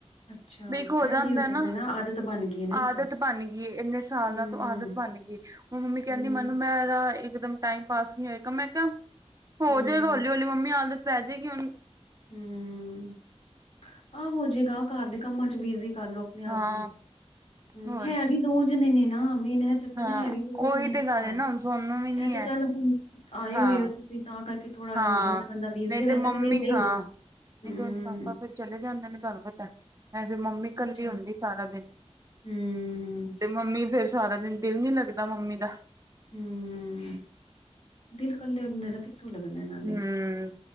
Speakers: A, on the left; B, on the right.
A: ਅੱਛਾ
B: ਬ ਇੱਕ ਹੋ
A: ਇਹ
B: ਜਾਂ
A: ਵੀ
B: ਹੁੰਦਾ,
A: ਜਾਂਦਾ
B: ਨਾ
A: ਆਦਤ ਬਣ ਗਈ ਹੈ ਨਾ ਇੱਕ
B: ਆਦਤ ਬਣ ਗਈਏ ਇੰਨੇ ਸਾਲਾਂ
A: ਹਮ
B: ਤੋਂ ਆਦਤ। ਬਣ ਗਈ, ਹੁਣ ਮੰਮੀ ਕਹਿੰਦੀ
A: ਹਮ
B: ਮੈਨੂੰ ਮੇਰਾ ਇਕਦਮ ਟਾਈਮ ਪਾਸ ਨਹੀਂ ਹੋਏਗਾ ਮੈਂ ਕਿਹਾ। ਹੋ
A: ਹੂੰ,
B: ਜਾਏਗਾ ਹੌਲੀ-ਹੌਲੀ ਮੰਮੀ ਆਦਤ ਪੈ ਜਾਏਗੀ, ਹੁਣ--'
A: ਹੂੰ ਆਹ ਹੋਜਏਗਾ, ਘਰ ਦੇ ਕੰਮਾਂ ਚ ਬਿਜੀ ਕਰ ਲਓ। ਆਪਣੇ ਆਪ
B: ਹਾਂ
A: ਨੂੰ ਹੂੰ
B: ਹੋਰ
A: ਹੈ
B: ਕੀ
A: ਵੀ ਦੋ ਜਣੇ ਨੇ ਨਾ ਮੇਨ, ਚੱਕਰ
B: ਹਾਂ
A: ਨਾ ਹੈ, ਵੀ ਦੋ
B: ਉਹੀ
A: ਜਨੇ ਨੇ
B: ਤੇ ਗੱਲ
A: ਘਰ
B: ਏ ਨਾ ਹੁਣ ਸੋਨੂੰ ਵੀ ਨੀ
A: ਇਹ ਤੇ
B: ਹੈ।
A: ਚੱਲ ਹੁਣ ਆਏ
B: ਹਾਂ
A: ਹੋਏ ਹੋ ਤੁਸੀਂ ਤਾਂ ਕਰਕੇ ਥੋੜਾ
B: ਹਾਂ
A: ਹੋ ਜਾਂਦਾ ਬੀਜੀ
B: ਨਹੀਂ
A: ਵੈਸੇ
B: ਤੇ ਮੰਮੀ
A: ਤਾਂ ਵਿਹਲੇ
B: ਹਾਂ
A: ਹੀ ਨੇ,
B: ਨਹੀਂ
A: ਹੂੰ।
B: ਤਦੇ ਪਾਪਾ ਫੇਰ ਚਲੇ ਜਾਂਦੇ ਨੇ ਤੁਹਾਨੂੰ ਪਤਾ ਹੈ। ਮੰਮੀ ਕੱਲੀ
A: ਅੱਛਾ
B: ਹੁੰਦੀ ਐ, ਸਾਰਾ ਦਿਨ
A: ਹੂੰ,
B: ਤੇ ਮੰਮੀ ਫੇਰ ਸਾਰਾ ਦਿਨ ਦਿਲ ਨੀ ਲੱਗਦਾ, ਮੰਮੀ ਦਾ
A: ਹੂੰ, ਦਿਲ ਕੱਲੇੰ ਬੰਦੇ ਦਾ ਕਿੱਥੋਂ ਲੱਗਦਾ ਨਾਲੇ,
B: ਹੂੰ